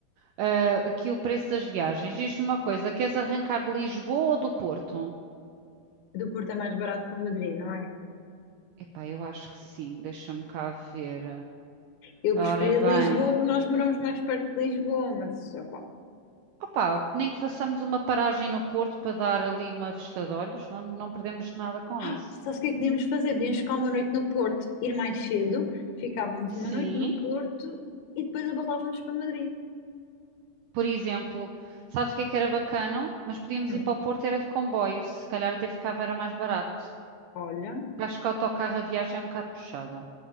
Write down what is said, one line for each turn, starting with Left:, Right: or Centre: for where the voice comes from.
Right: ah, aqui o preço das viagens. Diz-me uma coisa, queres arrancar de Lisboa ou do Porto?
Left: Do Porto é mais barato para Madrid, não é?
Right: Epá, eu acho que sim, deixa-me cá ver.
Left: Eu
Right: Ora
Left: preferi
Right: bem,
Left: Lisboa, porque nós moramos mais perto de Lisboa, mas opá.
Right: opá, nem que façamos uma paragem no Porto para dar ali uma vista de olhos, não, não perdemos nada com
Left: Ah,
Right: isso.
Left: sabes o que é que podíamos fazer? Podíamos ficar uma noite no Porto, ir mais cedo, ficávamos
Right: Sim,
Left: uma noite no Porto e depois abalávamos para Madrid.
Right: por exemplo, sabes o que é que era bacana? Mas podíamos
Left: Hum,
Right: ir para o Porto, era de comboio, se calhar até ficava, era mais barato.
Left: olha.
Right: Acho que o autocarro a viagem é um bocado puxada.